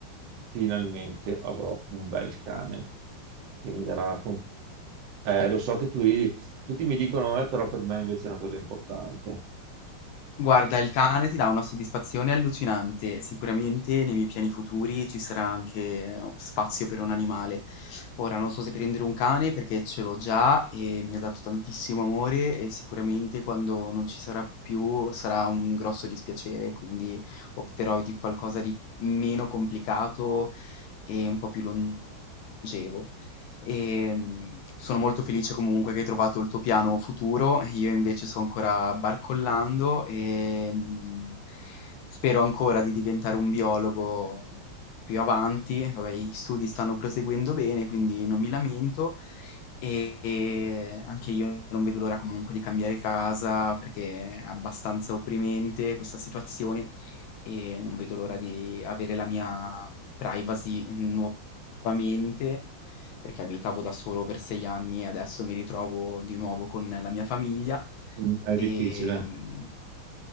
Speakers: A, on the right; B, on the left.
A: finalmente avrò un bel cane che mi darà... con- Eh, lo so che tu ridi, tutti mi dicono, eh, però per me invece è una cosa importante.
B: Guarda, il cane ti dà una soddisfazione allucinante. Sicuramente nei miei piani futuri ci sarà anche eh, spazio per un animale. Ora non so se prendere un cane perché ce l'ho già e mi ha dato tantissimo amore e sicuramente quando non ci sarà più sarà un grosso dispiacere, quindi opterò di qualcosa di meno complicato e un po' più longevo e mh, sono molto felice comunque che hai trovato il tuo piano futuro. Io invece sto ancora barcollando e mh, spero ancora di diventare un biologo più avanti. Vabbè, gli studi stanno proseguendo bene, quindi non mi lamento. E e anche io non vedo l'ora comunque di cambiare casa perché è abbastanza opprimente questa situazione e non vedo l'ora di avere la mia privacy nuovamente mente, perché abitavo da solo per sei anni e adesso mi ritrovo di nuovo con la mia famiglia.
A: Mm, è
B: E,
A: difficile.
B: mh,